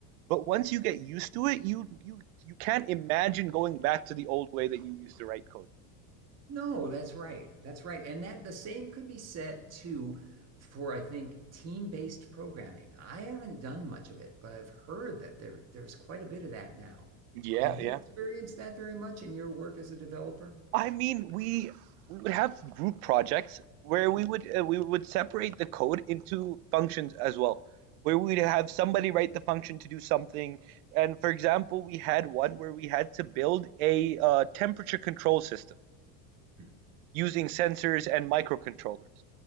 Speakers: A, on the right; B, on the right.
A: But once you get used to it, you you you can't imagine going back to the old way that you used to write code.
B: no that's right that's right and that the same could be said too for I think team-based programming I haven't done much of it but I've heard that there there's quite a bit of that now
A: Yeah,
B: have you
A: yeah.
B: experienced that very much in your work as a developer
A: I mean, we we would have group projects where we would uh, we would separate the code into functions as well, where we'd have somebody write the function to do something. And for example, we had one where we had to build a uh, temperature control system
B: Hmm.
A: using sensors and microcontrollers.